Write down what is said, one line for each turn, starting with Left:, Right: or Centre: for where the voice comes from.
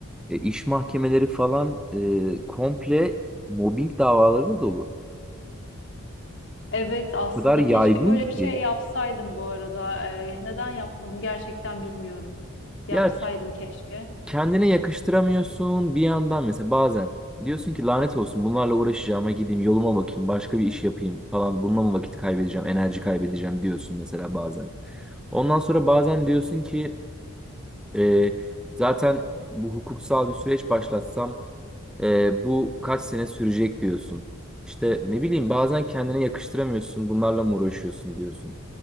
Centre: E, iş mahkemeleri falan e, komple mobbing davalarıyla dolu.
Left: Evet aslında
Centre: O kadar yaygın
Left: keşke böyle
Centre: ki.
Left: bir şey yapsaydım bu arada. Ee, neden yapmadım gerçekten bilmiyorum. Yapsaydım
Centre: Ya
Left: keşke.
Centre: kendine yakıştıramıyorsun bir yandan mesela bazen. Diyorsun ki lanet olsun bunlarla uğraşacağıma gideyim yoluma bakayım başka bir iş yapayım falan. Bununla mı vakit kaybedeceğim enerji kaybedeceğim diyorsun mesela bazen. Ondan sonra bazen diyorsun ki e, zaten bu hukuksal bir süreç başlatsam Ee, bu kaç sene sürecek diyorsun. İşte ne bileyim bazen kendine yakıştıramıyorsun, bunlarla mı uğraşıyorsun diyorsun.